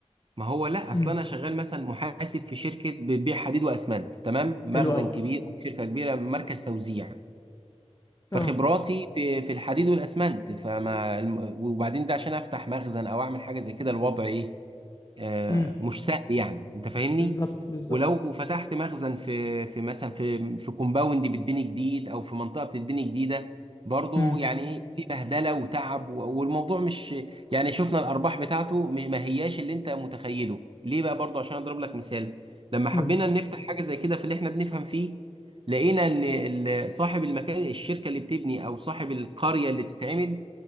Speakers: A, on the right; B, on the left.
A: ما هو لا
B: امم
A: اصل انا شغال مثلا محاسب في شركه بتبيع حديد واسمنت تمام مخزن
B: حلو قوي
A: كبير شركه كبيره مركز توزيع فخبراتي
B: اه
A: في في الحديد والاسمنت فما الم- وبعدين ده عشان افتح مخزن او اعمل حاجه زي كده الوضع ايه آه،
B: امم
A: مش سهل يعني انت فاهمني
B: بالظبط بالظبط
A: ولو فتحت مخزن في في مثلا في في كومباوند بتبني جديد او في منطقه بتتبني جديده برضو
B: امم
A: يعني إيه، في بهدله وتعب و- والموضوع مش يعني شفنا الارباح بتاعته م- ما هياش اللي انت متخيله ليه بقى برضو عشان اضرب لك مثال لما حبينا
B: قول لي
A: نفتح حاجه زي كده في اللي احنا بنفهم فيه لقينا ان ال- صاحب المكان الشركه اللي بتبني او صاحب القريه اللي بتتعمل